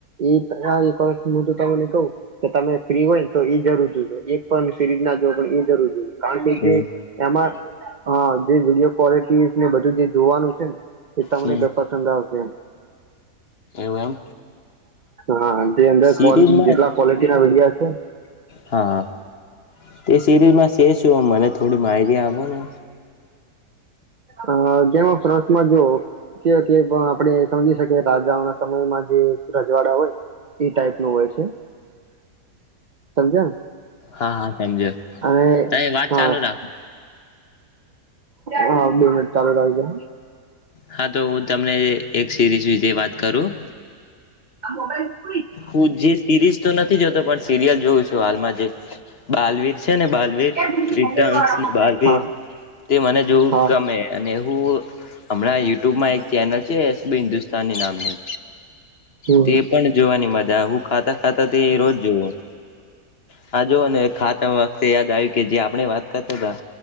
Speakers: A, on the right; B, on the left.
A: એ આ એક વરસ નુ જો તમને કહું કે તમે ફ્રી હોય ને તો ઈ જરૂર એક પણ સિરીઝ ના જો પણ એ જરૂર જોઈ કારણ કે
B: એવું
A: જે એમાં હા જે વિડીયો ક્વોલિટી ને બધ જે જોવાનું છે ને એ તમને
B: હમ
A: પસંદ આવશે એમ
B: એવું એમ
A: હા જે અંદર
B: સિરીઝમાં
A: જેટલા ક્વોલિટી ના વિડિયા <unintelligible>
B: હા હા તે સિરીઝમાં તે શું મને થોડી માહિતી આપો ને
A: અ જેમાં સરસમાં જો કે આપણે સમજી શકીએ રાજાઓ ના સમયમાં જે રજવાડા હોય એ ટાઈપ નું હોય છે સમજે
B: હા હા સમજો
A: અ
B: તમે વાત
A: હા
B: ચાલુ રાખો
A: હા બે મિનિટ ચાલુ રખ જે
B: હા તો હું તમને એ એક સિરીઝ વિશે વાત કરું
A: <unintelligible>
B: હું જે સિરીઝ તો નથી જોતો પણ સિરિયલ જોઉ છુ હાલમા જે બાલવીર છે ને બાલવીર
A: હા
B: રેટિનસ ને બાલવીર તે મને જોવું
A: હા
B: ગમે અને હુ હમણા યુટ્યુબમા એક ચેનલ છે એસબી હિન્દુસ્તાન નામની
A: હમ
B: તે
A: હમ
B: પણ વાની મજા હું ખાતા ખાતા તે રોજ જોવું હા જોઓ ને ખાતા વખતે યાદ આવ્યુ કે જે આપણે વાત કરતા હતા